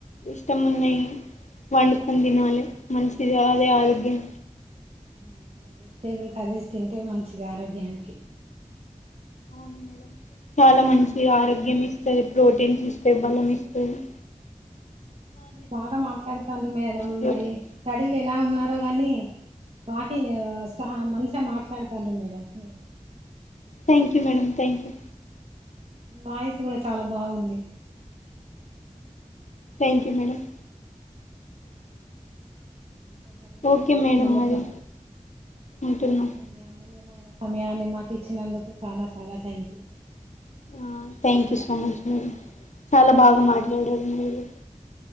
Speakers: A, on the left (about 60°); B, on the right (about 50°).
A: ఇష్టం ఉన్నాయి వండుకొని తినాలి మంచిది అదే ఆరోగ్యం
B: అన్ని వెజిటేబుల్ కర్రీస్ తింటే మంచిది ఆరోగ్యానికి
A: అవును మేడం చాలా మంచి ది ఆరోగ్యంకి అదే ప్రోటీన్స్ ఇస్తే బలం ఇస్తూంది
B: బాగా మాట్లాడుతాను మేడం
A: ప్రోటీన్
B: మరి స్టడీ లే ఎలా ఉన్నారో గాని వాకింగ్ ష్టా మంచిగా మాట్ తాండ్రు మేడం మీరు
A: thank you madam thank you
B: మీవాయిసు కూడా చాలా బాగుంది
A: థ్యాంక్ యూ మేడమ్
B: అ చదువుకోండి
A: ఓకే మేడం
B: ముందుగా
A: మరి ఉంటున్నాం
B: ఓకే మీ అమ్మోల్లె మీ విలువైన సమయాన్ని మాకు ఇచ్చినందుకు చాలా చాలా థ్యాంక్ యూ
A: ఆ thank you so much madam చాలా బాగా మాట్లాడారు మీరు